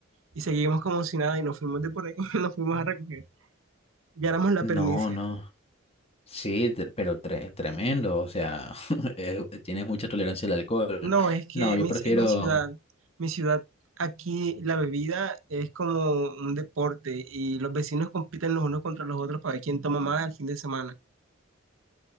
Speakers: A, on the right; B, on the left.
A: y seguimos como si nada y nos fuimos de por ahí, <laughs> nos fuimos a recoger. Ya éramos la
B: No,
A: pernicia.
B: no. Sí, tre- pero tre- tremendo, o sea, <laughs> eh, tienes mucha tolerancia al alcohol.
A: No, es
B: No,
A: que
B: yo
A: mi
B: prefiero...
A: es mi ciudad. Mi ciudad, aquí la bebida es como un deporte y los vecinos compiten los unos contra los otros para ver quién toma más el fin de semana.